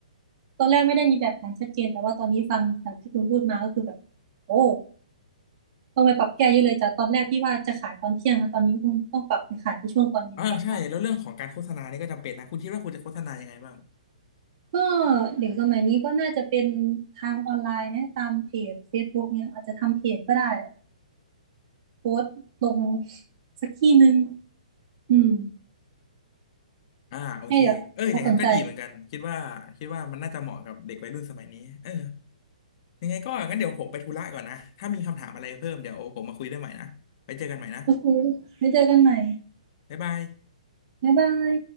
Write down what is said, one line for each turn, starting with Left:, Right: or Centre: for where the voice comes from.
Right: ตอนแรกไม่ได้มีแบบแผนชัดเจนแต่ว่าตอนนี้ฟังจากที่คุณพูดมาก็คือแบบโอ้ต้องไปปรับแก้เยอะเลยจากตอนแรกที่ว่าจะขายตอนเที่ยงแล้วตอนนี้คงต้องปรับไปขายที่ช่วงตอนเย็นแทนแล้ว
Left: อ่าใช่แล้วเรื่องของการโฆษณานี่ก็จำเป็นนะคุณคิดว่าคุณจะโฆษณายังไงบ้าง
Right: ก็เด็กสมัยนี้ก็น่าจะเป็นทางออนไลน์นะตามเพจ Facebook เนี่ยอาจจะทำเพจก็ได้โพสต์ลงสักที่หนึ่งอืม
Left: อ่าโอเคเอออย่างนั้นก็ดีเหมือนกันคิดว่าคิดว่ามันน่าจะเหมาะกับเด็กวัยรุ่นสมัยนี้เออ
Right: ให้เด็กเขาสนใจ
Left: ยังไงก็งั้นเดี๋ยวผมไปธุระก่อนนะถ้ามีคำถามอะไรเพิ่มเดี๋ยวผมมาคุยด้วยใหม่นะไปเจอกันใหม่นะ
Right: โอเคไว้เจอกันใหม่
Left: บ๊ายบาย
Right: บ๊ายบาย